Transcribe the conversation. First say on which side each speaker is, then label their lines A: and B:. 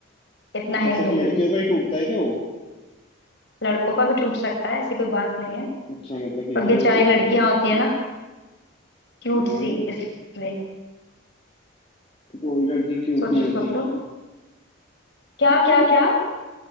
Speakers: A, on the left (about 60°); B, on the left (about 30°).
A: इतना
B: अच्छा
A: हिंट
B: सिर्फ
A: दूंगी
B: लड़कियों का ही टूटता है क्या वो
A: लड़कों का भी टूट सकता है ऐसी कोई बात नहीं है
B: अच्छा मतलब किसी
A: पर बेचारी
B: का भी टूट
A: लड़कियां
B: सकता है
A: होती है ना क्यूट
B: क्यों
A: सी इसलिए
B: कोई लड़की क्यूट
A: सोचो
B: नहीं होती
A: सोचो क्या क्या क्या